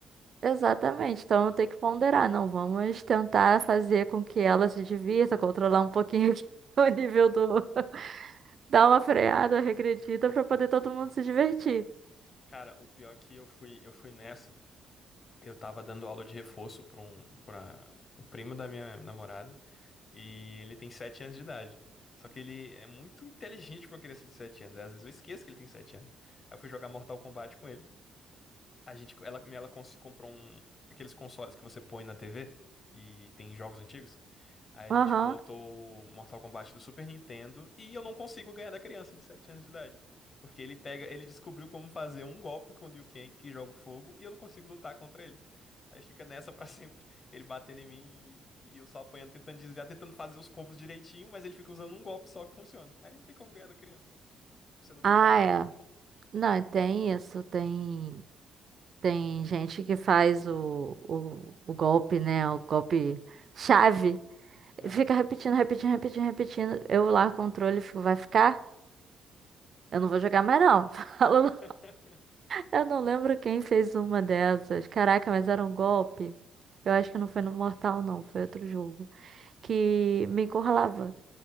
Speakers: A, on the right; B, on the left.
A: Exatamente, então eu tenho que ponderar, não, vamos tentar fazer com que ela se divirta, controlar um pouquinho aqui <laughs> o nível do... Dar uma freada, regredida, pra poder todo mundo se divertir.
B: Cara, o pior é que eu fui, eu fui nessa. Eu tava dando aula de reforço pra um, pra o primo da minha namorada. E ele tem 7 anos de idade. Só que ele é muito inteligente pra uma criança de 7 anos. Às vezes eu esqueço que ele tem 7 anos. Aí eu fui jogar Mortal Kombat com ele. A gente, ela, ela cons- comprou um, aqueles consoles que você põe na TV e tem jogos antigos. Aí a
A: Aham.
B: gente botou o Mortal Kombat do Super Nintendo e eu não consigo ganhar da criança de 7 anos de idade. Porque ele pega, ele descobriu como fazer um golpe com o Liu Kang que joga o fogo e eu não consigo lutar contra ele. Aí fica nessa pra <laughs> sempre. Ele batendo em mim e, e eu só apanhando, tentando desviar, tentando fazer os combos direitinho, mas ele fica usando um golpe só que funciona. Aí não tem como ganhar da criança, fica sendo humilhado.
A: Ah, é. Não, tem isso, tem... Tem gente que faz o, o, o golpe, né? O golpe chave
B: É.
A: Fica repetindo, repetindo, repetindo, repetindo. Eu lá, controle, fico, vai ficar? Eu não vou jogar mais, não. <laughs> Falo, não.
B: <laughs>
A: Eu não lembro quem fez uma dessas. Caraca, mas era um golpe. Eu acho que não foi no Mortal, não. Foi outro jogo. Que me encurralava.